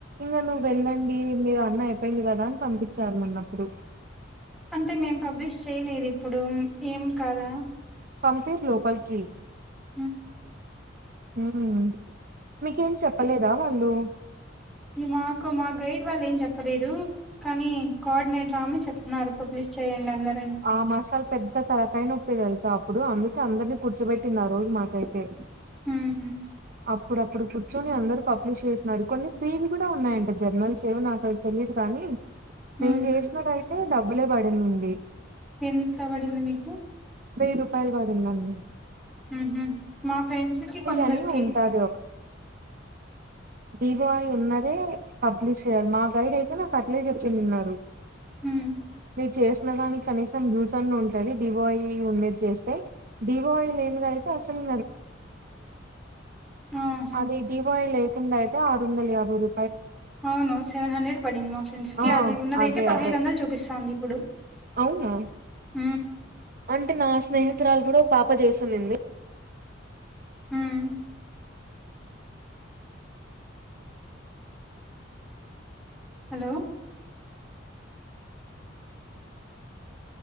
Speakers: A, on the right; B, in the centre.
A: ఇంగ నువ్వెళ్ళండి మీరు అయిపొయింది గదా అని పంపిచారు నన్నప్పుడు
B: అంటే మేం పబ్లిష్ చేయలేదిప్పుడు ఏం కాదా
A: పంపీర్ లోపల్కి
B: ఉ
A: మ్మ్ మీకేం చెప్పలేదా వాళ్ళు
B: మాకు మా గైడ్ వాళ్ళేం జెప్పలేదు కానీ కోఆర్డినేటర్ రామెని చెప్తున్నారు పబ్లి చెయ్యండందర్
A: ఆ మషాలు పెద్ తే తలకైనొప్పి తెలుసా అప్పుడు అందుకే అందరినీ కూర్చబెట్టింది ఆ రోజు మాకైతే
B: ఊ ఊ
A: అప్పుడప్పుడు కూర్చొని అందరు పబ్లిష్ చేస్నారు, కొన్ని స్క్రీన్ గుడా ఉన్నాయంట జర్నల్స్ ఏవో నాకు అవి తెలి. లేదు కాని
B: హ్మ్
A: నేను జేసినవైతే డబ్బులే బడినుంది
B: ఎంత వడింది మీకు
A: వేయి రూపాయలు బడిందండి
B: ఊహు మా ఫ్రెండ్స్ కి కొందరికి
A: అని ఉంటది డివోయ్ ఉన్నదే పబ్లిష్ చేయాల్ మా గైడ్ అయితే నాకు అట్లే చెప్పినున్నారు
B: హూ
A: మీ చేసిన దానికి కనీసం యూస్ అన్న ఉంటాంది డివోయి ఉండేది చేస్తే, డివోయి లేనిదైతే అస్సల్.
B: ఆహా!
A: అదీ వి <unintelligible> లేకుండా అయితేణ ఆరు వందల యాభై రూ
B: అవును సెవెన్ హండ్రెడ్ పడింది మా ఫ్రెండ్స్కి
A: ఆ
B: అది ఉన్నదయితే
A: అదే
B: పదహైదు
A: అదే
B: వందలు చూపిస్తాంది ఇప్పుడు
A: అవునా
B: హ్మ్.
A: అంటే నా స్నేహితురాలు గూడా పాప చేసినింది
B: హ్మ్. Hello